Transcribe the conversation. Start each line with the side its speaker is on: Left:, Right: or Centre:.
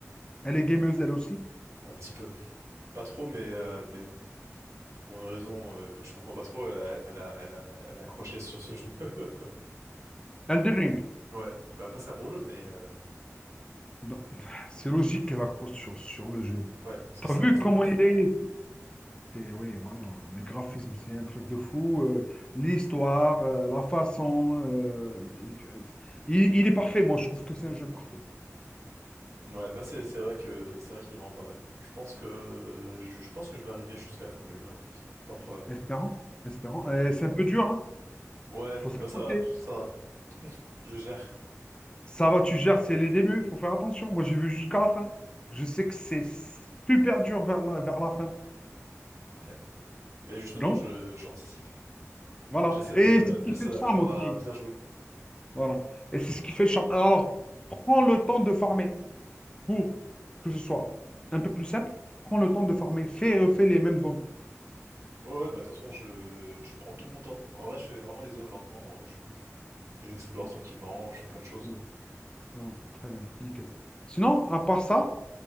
Left: Elle est gameuse, elle aussi.
Right: Un petit peu. Pas trop, mais, euh, mais pour une raison euh, que je comprends pas trop, elle, elle a, elle a, elle a accroché sur ce jeu. <laughs>
Left: Elden Ring.
Right: Ouais. Bah après, c'est un bon jeu, mais euh,
Left: Donc, <laughs> C'est logique qu'elle accroche sur, sur le jeu.
Right: ouais, parce que
Left: T'as
Right: c'est
Left: vu
Right: un bon jeu.
Left: comment
Right: <laughs>
Left: il est? C'est- Oui, voilà. Les graphismes, c'est un truc de fou. euh, l'histoire, euh, la façon. euh, il, il est parfait, moi, je trouve que c'est un jeu parfait.
Right: Ouais, bah c'est c'est vrai que c'est vrai qu'il est vraiment pas mal. Je pense que je, je pense que je vais arriver jusqu'à la fin du jeu. hein. C'est fort probable.
Left: Espérant, espérant.
Right: Ouais.
Left: Euh, c'est un peu dur, hein?
Right: Ouais,
Left: faut s'accrocher.
Right: bah ça va, ça va. Je gère.
Left: Ça va, tu gères, c'est les débuts, faut faire attention. Moi, j'ai vu jusqu'à la fin. Je sais que c'est super dur vers la, vers la fin.
Right: Ouais. Mais justement,
Left: Donc,
Right: je j'anticipe.
Left: voilà.
Right: J'essaie
Left: Et
Right: de
Left: c'est ce qui
Right: j'essaie
Left: fait le
Right: d'apprendre
Left: charme aussi.
Right: à bien jouer.
Left: Voilà. Et c'est ce qui fait le charme. Alors, prends le temps de farmer pour que ce soit un peu plus simple. Prends le temps de farmer. Fais et refais les mêmes zones.
Right: Ouais, ouais, bah de toute façon, je, je prends tout mon temps. En vrai, je fais vraiment les zones lentement. euh, je- J'explore
Left: Voilà.
Right: tranquillement, je fais plein de choses.
Left: Voilà. Voilà. Très bien, nickel. Sinon, à part ça,